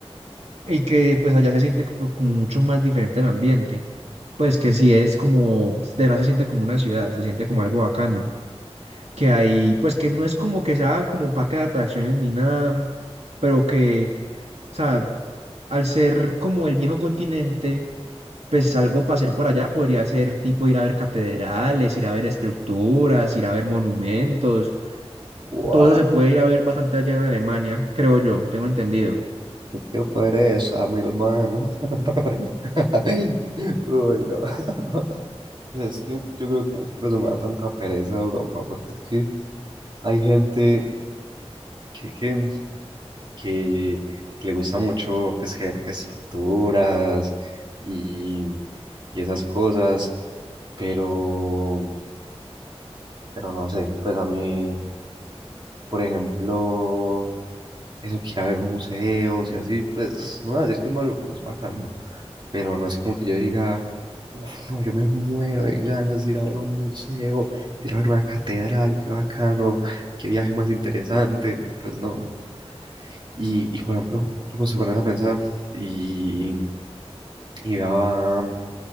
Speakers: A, on the right (about 80°); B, on the right (about 45°).
A: y que pues allá se siente co- como, mucho más diferente el ambiente. Pues que sí es como, de verdad se siente como una ciudad, se siente como algo bacano. Que hay, pues que no es como que sea como parque de atracciones ni nada, pero que o sea, al ser como el viejo continente, pues algo para hacer por allá podría ser tipo ir a ver catedrales, ir a ver estructuras, ir a ver monumentos.
B: ¡Guau!
A: Todo eso se puede ir a ver bastante allá en Alemania, creo yo, tengo entendido.
B: ¡Qué pereza, mi hermano! <laughs> Uy, no. <laughs> Pues es que yo creo que a mí por eso me da tanta pereza Europa, porque es que hay gente que, que, que- le gusta mucho pues crear que estructuras y, y esas cosas, pero, pero no sé, pues a mí, por ejemplo, eso que ir a ver museos y así, pues no voy a decir que es maluco, es bacano, pero no es como que yo diga, uff, no, yo me muero de ganas de ir a ver un museo, de ir a ver una catedral, qué bacano, qué viaje más interesante, pues no. Y, y, por ejemplo, pues se pones a pensar y, y vea,